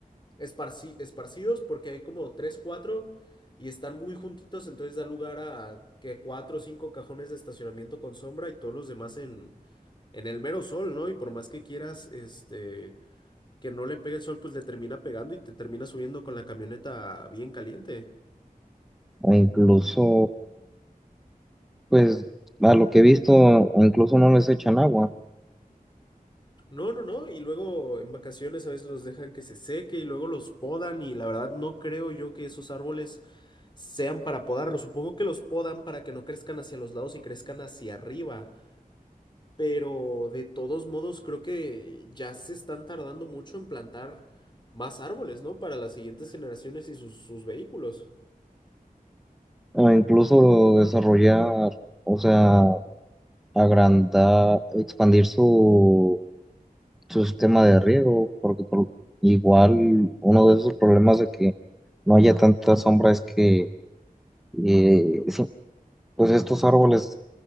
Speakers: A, on the left; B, in the centre.
A: esparci- esparcidos porque hay como tres, cuatro y están muy juntitos, entonces da lugar a que cuatro o cinco cajones de estacionamiento con sombra y todos los demás en, en el mero sol, ¿no? Y por más que quieras, este, que no le pegue el sol, pues le termina pegando y te termina subiendo con la camioneta bien caliente.
B: O incluso, pues a lo que he visto, incluso no les echan agua.
A: No, no, no, y luego en vacaciones a veces los dejan que se seque y luego los podan y la verdad no creo yo que esos árboles sean para podarlos, supongo que los podan para que no crezcan hacia los lados y crezcan hacia arriba. Pero de todos modos, creo que ya se están tardando mucho en plantar más árboles, ¿no? Para las siguientes generaciones y sus, sus vehículos.
B: O incluso desarrollar, o sea. agrandar, expandir su, su sistema de riego, porque por- igual uno de esos problemas de que no haya tanta sombra es que eh, sí, pues estos árboles